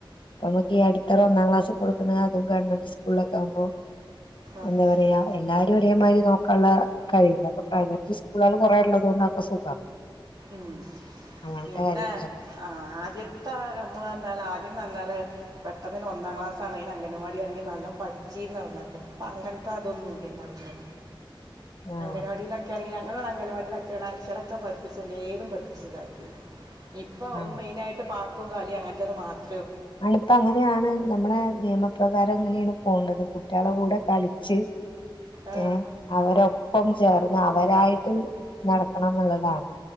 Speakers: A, on the left; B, on the right.
A: പ്പമ്ക്ക് ഈ അടിത്തറ ഒന്നാം ക്ലാസ്സു കൊടുക്കുന്ന അതും ഗവൺമെന്റ് സ് സ്കൂളൊക്കെ ആകുമ്പം
B: അത്
A: എന്താ പറയാ
B: ശരി
A: എല്ലാരും ഒരേമാരി നോക്കാൻള്ള കഴിവില്ലാ അപ്പയ്ന് സ്കൂളാള് കൊറേള്ളത്കൊണ്ടാപ്പ സുഖാ
B: ഉം
A: അങ്ങനത്തെ
B: പിന്നെ
A: കാര്യത്തിലൊക്കെ
B: ആ ആദ്യം ഇപ്പ നമ്മള്റഞ്ഞാല് ആദ്യന്ന്റഞ്ഞാല് പെട്ടെന്ന്ന്നെ ഒന്നാം ക്ലാസ്സാണേലു അങ്കൻവാടി ആണെങ്കിലു നല്ലൊ പഠിച്ചീര്ന്ന് അവ്ട്ന്നൊക്കെ ഇപ്പങ്ങനത്തെ അതൊന്നുല്ല്യല്ലോ അവ്ട്ന്ന്
A: ആഹ്
B: അങ്കനവാടീലൊക്കെആണെങ്കി ങ്ങ്ള അങ്കൻവാടയിലൊക്കെയാണ് അക്ഷരൊക്കെ പഠിപ്പിച്ചല്ലേതും പഠിപ്പിച്ചിതാക്കി ഇപ്പൊ
A: ആഹ്
B: മെയിനായിട്ട് പാട് ട്ടും കളി അങ്ങൻത്തേത് മാത്
A: ആളിപ്പ അങ്ങനെയാണ് നമ്മളെ നിയമപ്രകാരം അങ്ങനെയാണ് പോണ്ടത് കുട്ടികളെ കൂടെ കളിച്ച്
B: ആ
A: ഏ അവരൊപ്പം ചേർന്ന് അവരായിട്ട് നടക്കണംന്നുള്ളതാണ്